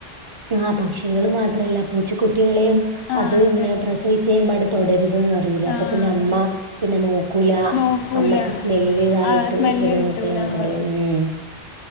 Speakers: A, on the right (about 40°); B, on the left (about 85°).
A: ആഹ് പക്ഷികൾ മാത്രല്ല പൂച്ചക്കുട്ടികളെയും
B: ആ
A: അത് ഇങ്ങനെ
B: അതെ
A: പ്രസവി ചെയ്യുമ്പട് തൊടരുത് ന്ന് പറയൂലെ. അപ്പൊ
B: ആ
A: പിന്നെ അമ്മ
B: അതെ
A: പിന്നെ നോക്കൂലാ.
B: നോക്കൂല
A: അമ്മക്ക് സ്മെല്ല് തായിട്ട്
B: ആ സ്മെല്ല്
A: പിന്നെ
B: കിട്ടൂല
A: നോക്കുലന്നൊക്കെ
B: എന്ന്
A: പറയും. ഉം